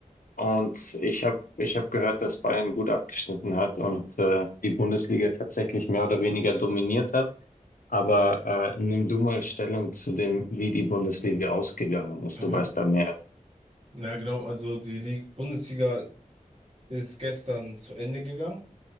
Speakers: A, on the left (about 80°); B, on the right (about 45°).
A: und ich habe ich hab gehört, dass Bayern gut abgeschnitten hat und äh, die Bundesliga tatsächlich mehr oder weniger dominiert hat. Aber äh, nimm du mal Stellung zu dem, wie die Bundesliga ausgegangen ist.
B: Mhm.
A: Du weißt da mehr.
B: Ja, genau. Also die Lig- Bundesliga ist gestern zu Ende gegangen.